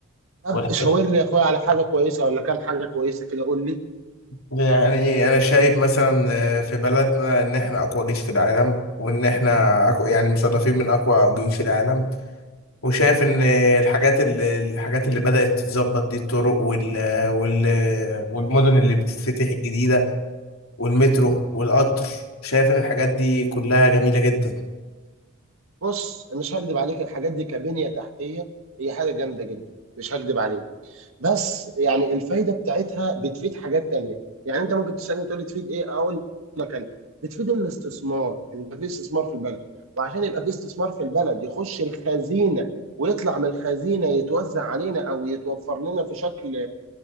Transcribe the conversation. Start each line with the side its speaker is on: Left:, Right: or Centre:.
Right: طب
Left: والحاجات
Right: شاور لي يا اخويا على حاجه كويسه ولا كام حاجه كويسه كده قول لي
Left: يعني إيه، أنا شايف مثلا آه، في بلدنا إن إحنا أقوى جيش في العالم وإن إحنا أقوى يعني مصنفين من أقوى جيوش العالم وشايف إن آه، الحاجات اللي الحاجات اللي بدأت تتظبط دي الطرق وال وال والمدن اللي بتتفتح الجديدة والمترو والقطر شايف ان الحاجات دي كلها جميلة جدا
Right: بص مش هكدب عليك الحاجات دي كبنية تحتية هي حاجة جامدة جدا مش هكدب عليك بس يعني الفايدة بتاعتها بتفيد حاجات تانية يعني انت ممكن تسألني تقول لي تفيد ايه اقول لك انا بتفيد الاستثمار ان يبقى في استثمار في البلد وعشان يبقى في استثمار في البلد يخش الخزينة ويطلع من الخزينة يتوزع علينا او يتوفر لنا في شكل